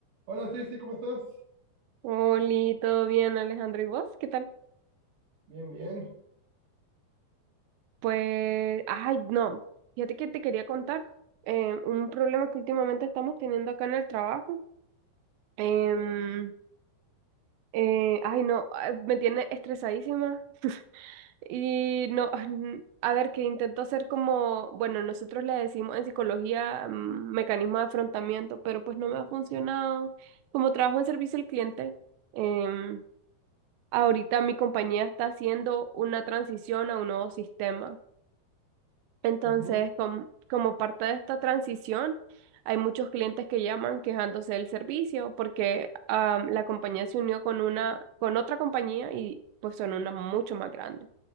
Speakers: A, on the right (about 65°); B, on the right (about 85°).
A: Hola, Stacy, ¿cómo estás?
B: Hola, ¿todo bien, Alejandro? ¿Y vos? ¿Qué tal?
A: Bien, bien.
B: Pues, ay, no, fíjate que te quería contar eh, un problema que últimamente estamos teniendo acá en el trabajo. Em,
A: Ah,
B: eh, ay, no, ah, me tiene estresadísima. <laughs> Y no, mm, a ver, que intento hacer como, bueno, nosotros le decimos en psicología mm, mecanismo de afrontamiento, pero pues no me ha funcionado. Como trabajo en servicio al cliente, em, Ahorita mi compañía está haciendo una transición a un nuevo sistema. Entonces,
A: ujú.
B: com- como parte de esta transición, hay muchos clientes que llaman quejándose del servicio porque am, la compañía se unió con una, con otra compañía y pues son una mucho más grande.